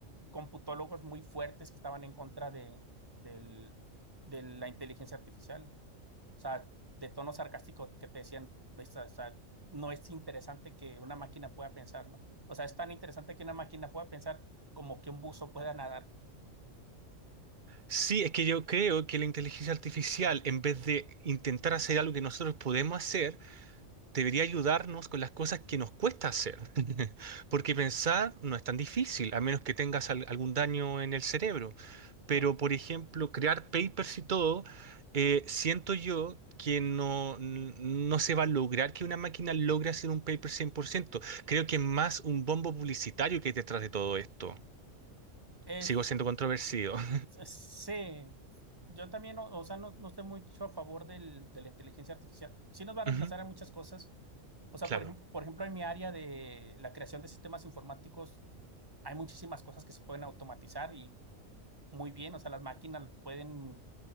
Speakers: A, on the right; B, on the right.
A: computólogos muy fuertes que estaban en contra de, del- de la inteligencia artificial. O sea, de tono sarcástico que te decían, "Pues, o sea, no es interesante que una máquina pueda pensar, ¿no? O sea, es tan interesante que una máquina pueda pensar como que un buzo pueda nadar.
B: Sí, es que yo creo que la inteligencia artificial, en vez de intentar hacer algo que nosotros podemos hacer, debería ayudarnos con las cosas que nos cuesta hacer. <laughs> Porque pensar no es tan difícil, a menos que tengas al- algún daño en el cerebro. Pero,
A: Sí,
B: por ejemplo, crear papers y todo, eh, siento yo que no, n- no se va a lograr que una máquina logre hacer un paper 100%. Creo que es más un bombo publicitario que hay detrás de todo esto.
A: es,
B: Sigo siendo controversido. <laughs>
A: es- sí. Yo también, o, o sea, no, no estoy mucho a favor del, de la inteligencia artificial. Sí nos va a reemplazar
B: Ujú,
A: en muchas cosas. O sea,
B: claro.
A: por ejemplo, por ejemplo, en mi área de la creación de sistemas informáticos, hay muchísimas cosas que se pueden automatizar y muy bien, o sea, las máquinas pueden,